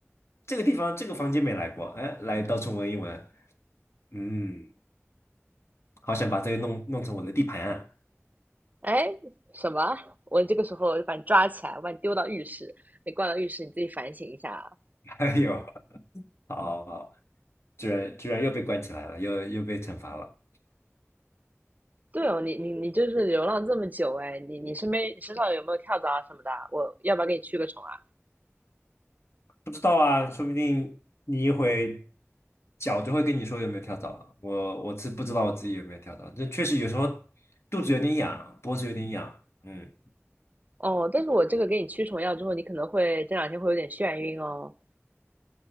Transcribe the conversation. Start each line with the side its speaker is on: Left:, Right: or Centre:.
Left: 这个地方这个房间没来过，哎，来到处闻一闻，嗯，好想把这个弄弄成我的地盘啊。
Right: 哎，什么？我这个时候就把你抓起来，我把你丢到浴室。你挂到浴室，你自己反省一下啊。
Left: <laughs> 哎呦，好好好，居然居然又被关起来了，又又被惩罚了。
Right: 对哦，你你你就是流浪这么久哎，你你身边你身上有没有跳蚤啊什么的啊我要不要给你驱个虫啊？
Left: 不知道啊，说不定你一回脚就会跟你说有没有跳蚤了。我我是不知道我自己有没有跳蚤，这确实有时候肚子有点痒，脖子有点痒，嗯
Right: 哦，但是我这个给你驱虫药之后，你可能会这两天会有点眩晕哦。